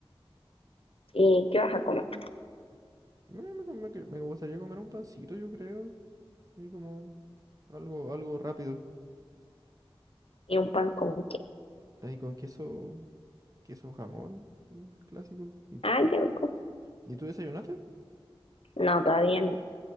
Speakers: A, on the left; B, on the right.
A: ¿Y qué vas a comer?
B: Me, me com- me que- me gustaría comer un pancito, yo creo. Y como algo, algo rápido.
A: ¿Y un pan con qué?
B: Ahí con queso, queso jamón, mm, clásico. ¿Y,
A: Ah, qué rico.
B: y tú desayunaste?
A: No, todavía no.